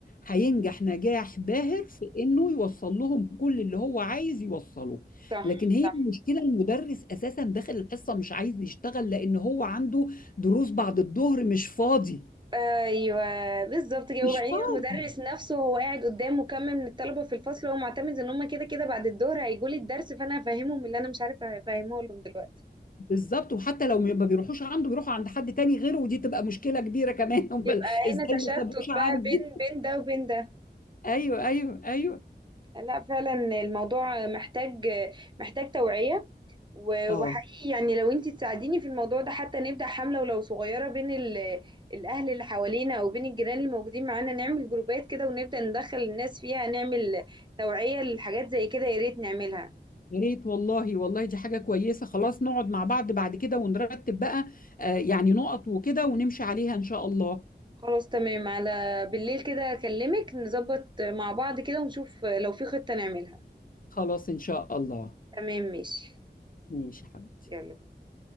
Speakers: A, on the left; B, on the right.
A: هينجح نجاح باهر في انه يوصل لهم كل اللي هو عايز يوصله
B: صح
A: لكن هي
B: صح
A: المشكله المدرس اساسا داخل الحصه مش عايز يشتغل لان هو عنده دروس بعد الظهر مش فاضي
B: ايوه بالظبط كده
A: مش
B: وبعدين
A: فاضي
B: المدرس نفسه هو قاعد قدام مكمل من الطلبه في الفصل وهو معتمد ان هم كده كده بعد الظهر هيجوا لي الدرس فانا هفهمهم اللي انا مش عارفه افهمه لهم دلوقتي
A: بالظبط وحتى لو ما بيروحوش عنده بيروحوا عند حد تاني غيره ودي تبقى مشكلة كبيرة كمان <laughs> امال
B: يبقى
A: ازاي
B: هنا تشتت
A: ما سابوش
B: بقى
A: عندي
B: بين بين ده وبين ده
A: ايوه ايوه ايوه
B: لا فعلا الموضوع محتاج محتاج توعية و-
A: اه
B: وحقيقي يعني لو انتي تساعديني في الموضوع ده حتى نبدأ حملة ولو صغيرة بين ال- الأهل اللي حوالينا أو بين الجيران اللي موجودين معانا نعمل جروبات كده ونبدأ ندخل الناس فيها نعمل توعية لحاجات زي كده يا ريت نعملها
A: يا ريت والله والله دي حاجة كويسة خلاص نقعد مع بعض بعد كده ونرتب بقى آه يعني نقط وكده ونمشي عليها ان شاء الله
B: خلاص تمام على بالليل كده أكلمك نظبط مع بعض كده ونشوف لو في خطة نعملها
A: خلاص ان شاء الله
B: تمام ماشي
A: ماشي يا حبيبتي
B: يلا